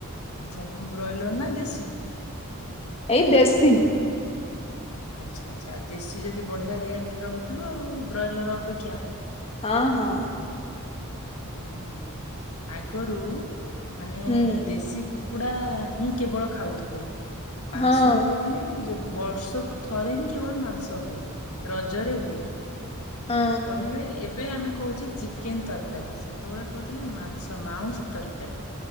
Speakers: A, on the left; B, on the left.
A: ଆଚ୍ଛା କଣ ବ୍ରଏଲର ନା ଦେଶୀ?
B: ଏଇ ଦେଶୀ।
A: ଆଚ୍ଛା ଆଛା ଆଉ ଦେଶୀ ଯଦି ବଢିଆ ରେଟ ରହୁଥିବ ଆଉ। ବ୍ରଏଲର ଅପେକ୍ଷା
B: ହଁ ହଁ
A: ହଁ ଆଗରୁ ମାନେ
B: ହୁଁ
A: ଦେଶୀ କୁକୁଡା ହିଁ କେବଳ ଖାଉଥିଲେ ମାଂସ
B: ହଁ
A: ହବ ମାନେ ବର୍ଷକୁ ଥରେ ହିଁ କେବଳ ମାଂସ ହୁଏ ରଜରେ ହୁଏ।
B: ହଁ
A: କହିବେ ଏବେ ଆମେ କହୁଛେ ଚିକେନ ତରକାରୀ ସେତେବେଳେ କହୁଥିଲେ ମାଂସ ମାଉଁସ ତରକାରୀ।